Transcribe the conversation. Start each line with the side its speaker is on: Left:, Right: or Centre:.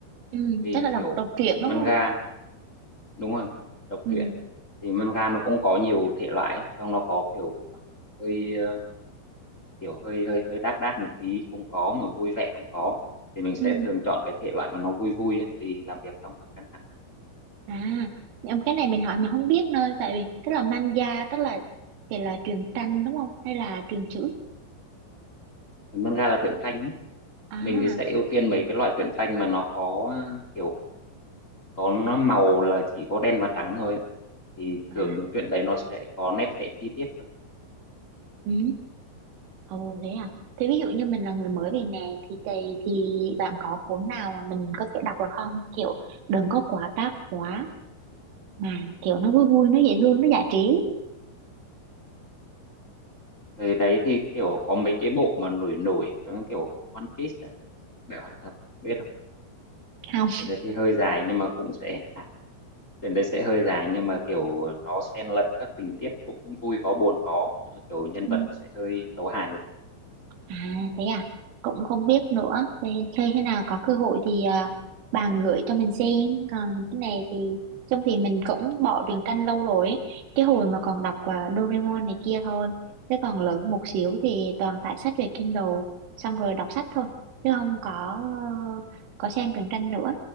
Right: Ừ,
Left: Vì
Right: chắc là đọc
Left: kiểu
Right: đọc truyện
Left: manga,
Right: đúng không?
Left: đúng rồi, đọc
Right: Ừ,
Left: truyện. Thì manga nó cũng có nhiều thể loại, á. trong nó có kiểu hơi ờ, kiểu hơi hơi hơi đác đác một tí không có mà vui vẻ không có thì mình sẽ
Right: ừ.
Left: thường chọn cái thể loại mà nó vui vui ấy, vì làm việc xong mà căng thẳng
Right: À, nhưng cái này mình hỏi mình không biết nơi tại vì tức là manga tức là thì là truyện tranh đúng không hay là truyện chữ?
Left: thì nôm ra là truyện tranh ấy.
Right: À,
Left: mình thì sẽ ưu tiên mấy cái loại truyện tranh mà nó có ừ, kiểu có nó màu là chỉ có đen và trắng thôi ấy. thì
Right: à,
Left: thường những truyện đấy nó sẽ có nét vẽ chi tiết hơn
Right: ừ, ồ thế à. Thế ví dụ như mình là người mới
Left: Ừ.
Right: về nè thì thì, thì bạn có cuốn nào mà mình có thể đọc được không? Kiểu đừng có quá đắt quá mà kiểu nó vui vui nó dễ thương nó giải trí
Left: về đấy thì kiểu có mấy cái bộ mà nổi nổi giống kiểu One Piece á để hỏi thật biết không
Right: không?
Left: Cái đấy thì hơi dài nhưng mà cũng sẽ à, Tuyển đấy sẽ hơi dài nhưng mà kiểu nó xen lẫn các tình tiết cũng vui có buồn có nhưng mà kiểu nhân
Right: Ừ.
Left: vật nó sẽ hơi tấu hài một tí
Right: À thế à, cũng không biết nữa. Thế, thế khi nào có cơ hội thì à, bà gửi cho mình xem. Còn cái này thì trong thì mình cũng bỏ truyện tranh lâu rồi. ấy. Cái hồi mà còn đọc à, Doraemon này kia thôi. Thế còn lớn một xíu thì toàn tải sách về Kindle, xong rồi đọc sách thôi. Chứ không có có xem truyện tranh nữa.